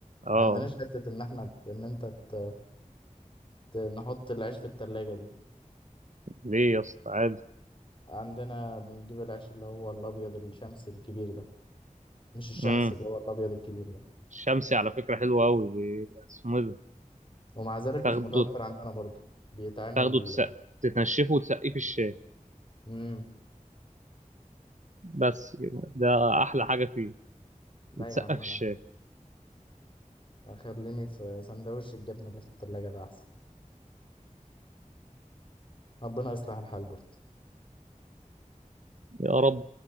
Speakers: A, on the right; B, on the left.
A: اه
B: ما عندناش حتة ان احنا ت- ان انت ت... ت- نحط العيش في التلاجة دي
A: ليه يا اسطى عادي
B: عندنا بنجيب العيش اللي هو الابيض الشمسي الكبير ده مش الشمسي
A: امم
B: اللي هو الابيض الكبير ده
A: الشمسي على فكرة حلو أوي بي- اسمه إيه ده؟
B: ومع ذلك
A: تاخده
B: مش متوفر عندنا برضو بيتعمل
A: تاخده تسقف تنشفه وتسقيه في الشاي
B: امم
A: بس كده ده احلى حاجه فيه
B: لا
A: يتسقف
B: يا عم انا
A: الشاي
B: اخليني في سندوتش الجبنه اللي في التلاجة ده احسن ربنا يصلح الحال برضو
A: يا رب